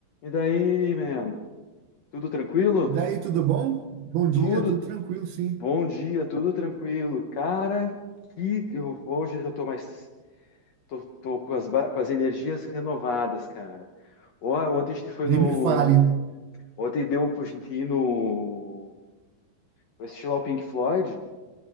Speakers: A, on the left; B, on the right.
A: E daí, man? Tudo tranquilo?
B: Daí, tudo bom? Bom dia,
A: Tudo.
B: tudo tranquilo, sim.
A: Bom dia, tudo tranquilo. Cara, que eu hoje eu já tô mais tô, tô com as, ba- com as energias renovadas, cara. Ó, Ontem a gente foi
B: Nem
A: no
B: me fale.
A: ontem deu pra gente ir no pra assistir lá o Pink Floyd.